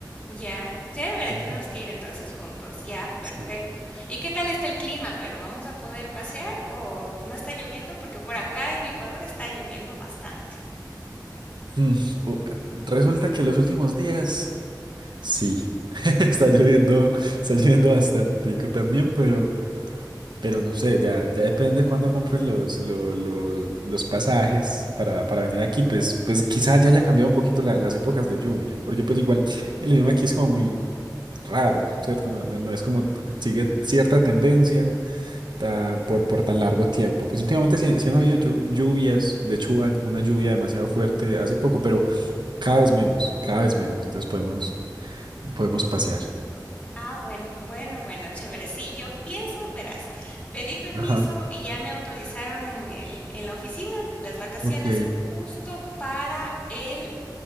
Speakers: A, on the left; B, on the right.
A: Ya, chévere,
B: Ujú,
A: tenemos que ir entonces juntos, ya, perfecto.
B: sí.
A: ¿Y qué tal está el clima? ¿Pero vamos a poder pasear o no está lloviendo? Porque por acá en Ecuador está lloviendo bastante.
B: Mm, o- Resulta que los últimos días, sí, <laughs> está lloviendo, está lloviendo bastantico también, pero, pero no sé, ya, ya depende de cuándo compres los, lo- lo- los pasajes para, para venir aquí, pues, pues quizá ya haya cambiado un poquito la- las épocas de lluvia, porque pues igual el idioma aquí es como muy, raro, ¿cierto? No, no, no es como sigue cierta tendencia ta- por, por tan largo tiempo. Pues últimamente sí, sí han habido llu- lluvias, de hecho hubo una lluvia demasiado fuerte hace poco, pero cada vez menos, cada vez menos, entonces podemos, podemos pasear.
A: Ah, bueno, bueno, bueno, chévere. Sí, yo pienso, verás, pedí permiso
B: Ajá,
A: y ya me autorizaron en el, en la oficina las vacaciones
B: ok.
A: justo para el,